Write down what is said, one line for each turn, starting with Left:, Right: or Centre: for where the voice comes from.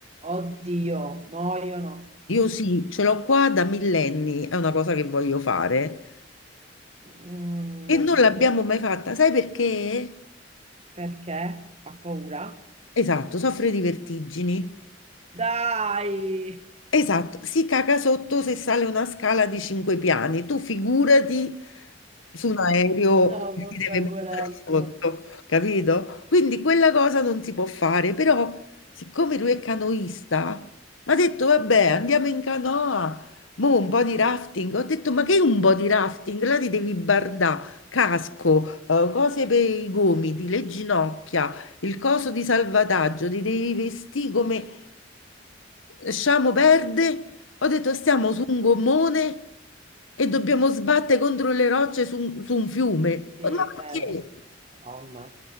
Right: Oddio, no, io no.
Left: Io sì, ce l'ho qua da millenni, è una cosa che voglio fare.
Right: Mm,
Left: E non l'abbiamo mai fatta, sai perché?
Right: Perché? Fa paura?
Left: Esatto, soffre di vertigini.
Right: Dai!
Left: Esatto, si caga sotto se sale una scala di cinque piani. Tu figurati su un aereo
Right: No,
Left: che
Right: vabbè,
Left: ti deve
Right: porello.
Left: buttare sotto, capito? Quindi quella cosa non si può fare, però siccome lui è canoista, mi ha detto vabbè, andiamo in canoa, mo un po' di rafting. Ho detto ma che un po' di rafting? Là ti devi bardà, casco, eh, cose per i gomiti, le ginocchia, il coso di salvataggio, ti devi vestire come Sciamo perde, ho detto stiamo su un gommone e dobbiamo sbattere contro le rocce su, un su un fiume.
Right: Sì,
Left: Ma
Right: vero.
Left: perché?
Right: Madonna.